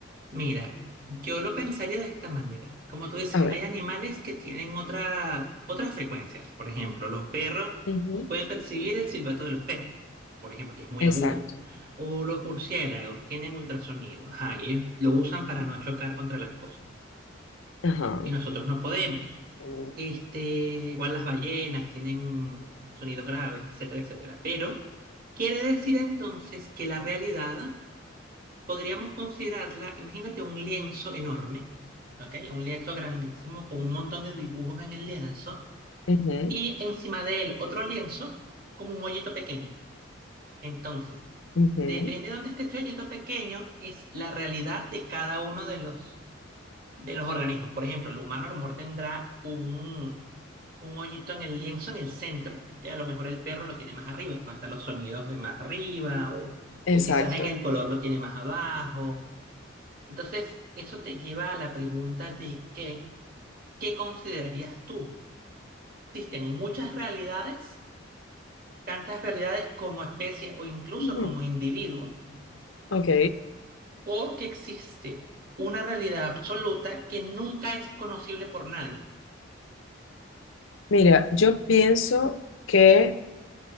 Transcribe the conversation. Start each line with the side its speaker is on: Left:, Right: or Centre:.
Right: Mira, yo lo pensaría de esta manera. Como tú dices,
Left: A ver,
Right: hay animales que tienen otra, otras frecuencias. Por ejemplo, los perros
Left: ujú,
Right: pueden percibir el silbato de los perros, por ejemplo, que es muy
Left: exacto.
Right: agudo. O los murciélagos tienen ultrasonido. Ajá, y ellos lo usan para no chocar contra las cosas.
Left: Ajá.
Right: Y nosotros no podemos.
Left: Ok.
Right: Este, igual las ballenas tienen sonidos graves, etcétera, etcétera. Pero quiere decir entonces que la realidad podríamos considerarla, imagínate un lienzo enorme, ¿ok? Un lienzo grandísimo con un montón de dibujos en el lienzo
Left: Ujú,
Right: y encima de él otro lienzo con un hoyito pequeño. Entonces,
Left: ujú,
Right: depende de dónde esté ese hoyito pequeño, es la realidad de cada uno de los, de los organismos. Por ejemplo, el humano a lo mejor tendrá un, un hoyito en el lienzo en el centro y a lo mejor el perro lo tiene más arriba, no están los sonidos de más arriba o,
Left: Exacto.
Right: o quizás en el color lo tiene más abajo entonces, eso te lleva a la pregunta de qué, ¿qué considerarías tú? Existen muchas realidades, tantas realidades como especies o incluso
Left: Ujú,
Right: como individuos,
Left: Ok.
Right: o que existe una realidad absoluta que nunca es conocible por nadie.
Left: Mira, yo pienso que